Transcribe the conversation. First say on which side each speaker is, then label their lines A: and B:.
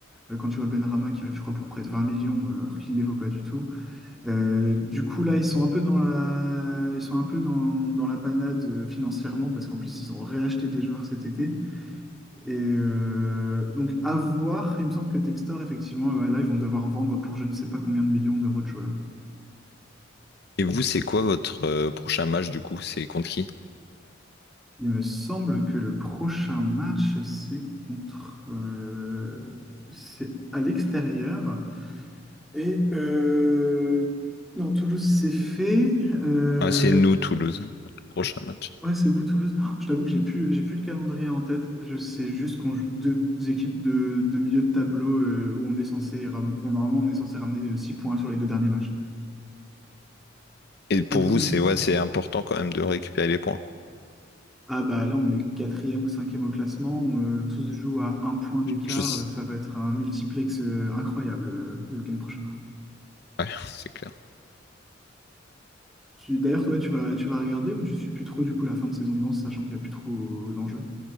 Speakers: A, in the centre; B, on the left.
A: Euh, quand tu vois Benrama qui arrive, je crois, pour près de 20 millions euh, alors qu'il ne les vaut pas du tout. Euh, du coup, là, ils sont un peu dans la, ils sont un peu dans, dans la panade euh, financièrement parce qu'en plus, ils ont réacheté des joueurs cet été. Et euh, donc, à voir, il me semble que Textor, effectivement, ouais, là, ils vont devoir vendre pour je ne sais pas combien de millions d'euros de joueurs.
B: Et vous, c'est quoi votre euh, prochain match du coup? C'est contre qui?
A: Il me semble que le prochain match, c'est contre. euh, c'est à l'extérieur. Et euh, non, Toulouse, c'est fait. Euh,
B: Ah, c'est nous, Toulouse, le prochain match.
A: ouais, c'est vous, Toulouse. Oh, je t'avoue que j'ai plus, j'ai plus le calendrier en tête. Je sais juste qu'on joue deux équipes de, de milieu de tableau euh, où on est censé. ram- bon, Normalement, on est censé ramener euh, 6 points sur les deux derniers matchs.
B: Et pour
A: Donc
B: vous,
A: vous,
B: c'est ouais, c'est important quand même de récupérer les points.
A: Ah bah là, on est quatrième ou cinquième au classement. On, euh, tous jouent à un point d'écart.
B: Je...
A: euh, Ça va être un multiplex euh, incroyable euh, le week-end prochain.
B: Ouais, <laughs> c'est clair.
A: Tu, d'ailleurs, toi, tu vas, tu vas regarder ou tu suis plus trop du coup la fin de saison de Lens, sachant qu'il n'y a plus trop euh, d'enjeux?